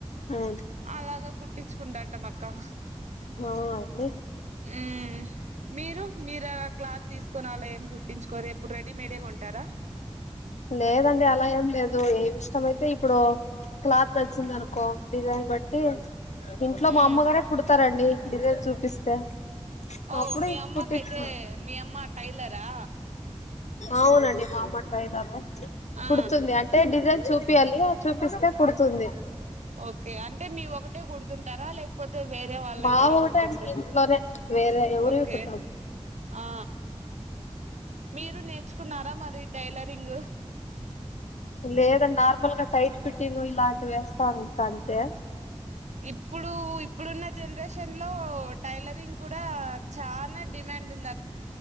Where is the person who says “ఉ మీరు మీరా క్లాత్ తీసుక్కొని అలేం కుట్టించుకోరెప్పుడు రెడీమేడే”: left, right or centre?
Right